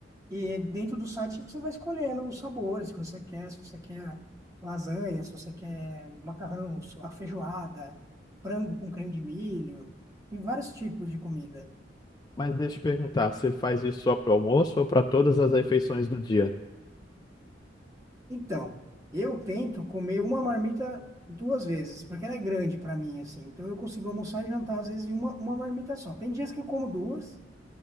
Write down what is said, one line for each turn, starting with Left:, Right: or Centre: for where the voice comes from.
Right: E é dentro do site você vai escolhendo os sabores que você quer, se você quer lasanha, se você quer macarrão, su- a feijoada, frango com creme de milho, tem vários tipos de comida.
Left: Mas deixa eu te perguntar, você faz isso só para o almoço ou para todas as refeições do dia?
Right: Então, eu tento comer uma marmita duas vezes, porque ela é grande para mim, assim. Então, eu consigo almoçar e jantar, às vezes, em uma, uma marmita só. Tem dias que eu como duas,